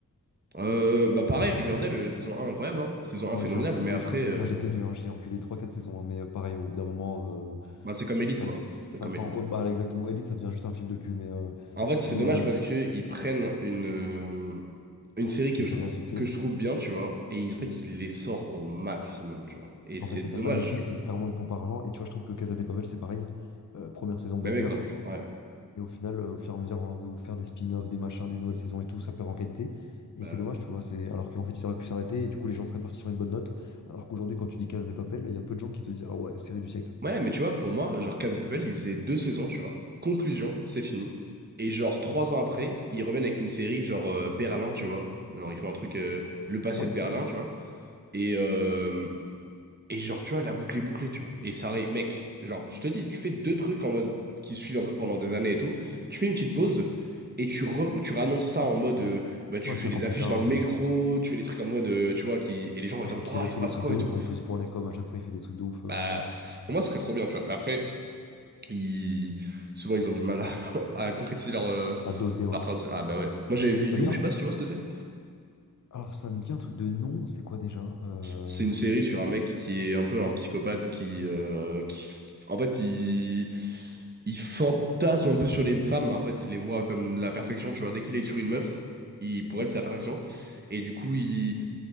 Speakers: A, on the right (about 30°); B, on the left (about 55°).
A: Euh, bah pareil, Riverdale, euh, saison un incroyable, hein. Saison un
B: Moi,
A: phénoménale,
B: j'ai enculé.
A: mais après,
B: Je crois que
A: euh,
B: c'est que moi, j'ai tenu, hein, j'ai enculé trois quatre saisons, hein, mais euh, pareil, au bout d'un moment, euh,
A: bah, c'est comme
B: ça,
A: Elite, quoi.
B: ça
A: C'est comme
B: part.
A: Elite.
B: en- Ouais, bah, exactement. Elite, ça devient juste un film de cul, mais, euh,
A: En fait, c'est
B: mais
A: dommage
B: euh,
A: parce que ils prennent une, euh, une série que
B: une
A: je
B: série
A: trouve,
B: à succès.
A: que je trouve bien, tu vois, et ils en fait, ils les sortent au maximum, tu vois. Et c'est
B: En fait, c'est
A: dommage.
B: ça. Bah, Netflix, c'est littéralement une pompe à argent. Et tu vois, je trouve que Casa de Papel, c'est pareil. Euh, première saison banger.
A: Même exemple, ouais.
B: Et au final, euh, au fur et à mesure genre, de vous faire des spin-offs, des machins, des nouvelles saisons et tout, ça perd en qualité. Et
A: Bah,
B: c'est
A: ouais,
B: dommage, tu vois. C'est... Alors qu'en fait, ils auraient pu s'arrêter et du coup, les gens seraient partis sur une bonne note. Alors qu'aujourd'hui, quand tu dis Casa de Papel, il y a peu de gens qui te disent Ah ouais, série du siècle.
A: Ouais, mais tu vois, pour moi, genre Casa de Papel, ils faisaient deux saisons, tu vois. Conclusion, c'est fini. Et genre, trois ans après, ils reviennent avec une série genre euh, Berlin, tu vois. Genre, ils font un truc, euh, le passé
B: Ouais.
A: de Berlin, tu vois. Et, euh, Et genre, tu vois, la boucle est bouclée, tu vois. Et ça aurait, mec, genre, je te dis, tu fais deux trucs en mode qui suivent un peu pendant des années et tout. Tu fais une petite pause et tu, re- tu réannonces ça en mode, euh, bah, tu
B: Ouais, cinq
A: fais des
B: ans plus
A: affiches
B: tard,
A: dans le métro,
B: euh,
A: tu fais des trucs en mode, euh, tu vois, qui, et les gens vont
B: ah,
A: être
B: je crois
A: en mode,
B: qu'ils
A: oh,
B: avaient
A: il
B: fait
A: se passe
B: des trucs
A: quoi
B: de
A: et
B: ouf.
A: tout.
B: En plus, pour la com, à chaque fois, ils font des trucs de ouf. euh,
A: Bah,
B: ouais.
A: pour moi, ce serait trop bien, tu vois. Mais après, ils... souvent, ils ont du mal à, <laughs> à concrétiser leur, euh,
B: À doser, ouais.
A: leur fin de. Ah, bah ouais. Moi, j'avais vu You,
B: Bah d'ailleurs,
A: je sais pas si tu vois ce que c'est.
B: alors ça me dit un truc de nom, c'est quoi déjà? Euh,
A: C'est une série sur un mec qui est un peu un psychopathe qui, euh, qui en fait, il, il fantasme un peu sur les femmes. En fait, il les voit comme la perfection. Tu vois, dès qu'il est sur une meuf, il, pour elle, c'est la perfection. Et du coup, il,